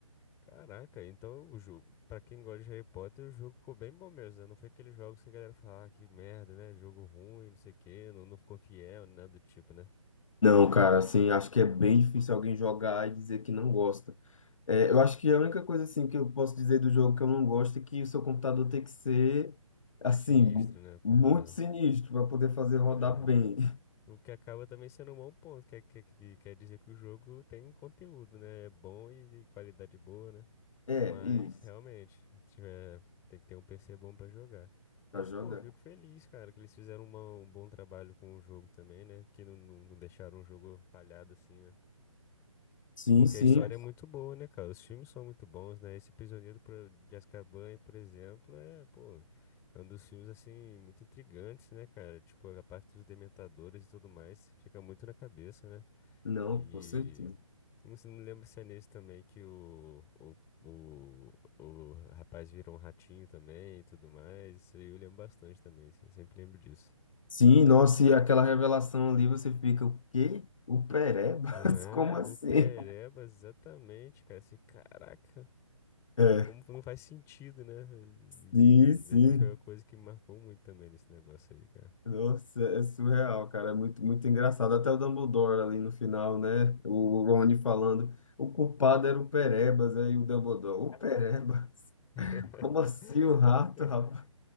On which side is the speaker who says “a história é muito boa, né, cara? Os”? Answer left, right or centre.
Left